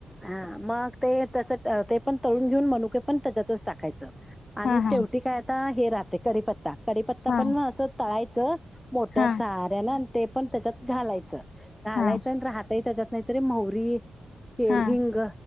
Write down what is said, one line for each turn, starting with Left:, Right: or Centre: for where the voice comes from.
Centre: हा मग ते तस ते पण तळून घेऊन मनुके पण त्याच्यातच टाकायचं आणि
Left: हा
Centre: शेवटी
Left: हा हा.
Centre: काय आता हे राहते कडीीपत्ता कडीीपत्ता
Left: हा
Centre: पण असं तळायचं मोठ्या
Left: हा
Centre: झाऱ्यान आणि ते पण त्याच्यात घालायचं घालायचं
Left: हा
Centre: राहत त्याच्यात नाहीतरी म्हरी
Left: हा
Centre: हिंग